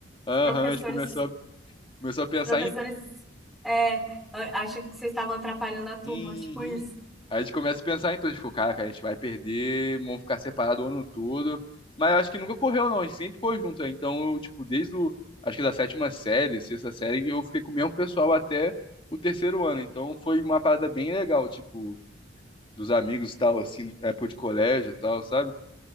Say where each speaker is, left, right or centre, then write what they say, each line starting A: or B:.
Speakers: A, on the left; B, in the centre.
A: Aham,
B: os professores,
A: a gente começou a, começou a pensar
B: os professores
A: em.
B: é, a- acham que vocês estavam atrapalhando a turma,
A: Uhum.
B: tipo isso.
A: Aí a gente começa a pensar em tudo. Tipo, cara, cara, a gente vai perder, vamos ficar separado o ano todo. Mas eu acho que nunca correu, não. A gente sempre ficou junto. né? Então, eu, tipo, desde o. Acho que da sétima série, sexta série, eu fiquei com o mesmo pessoal até o terceiro ano. Então, foi uma parada bem legal, tipo, dos amigos e tal, assim, época de colégio e tal, sabe?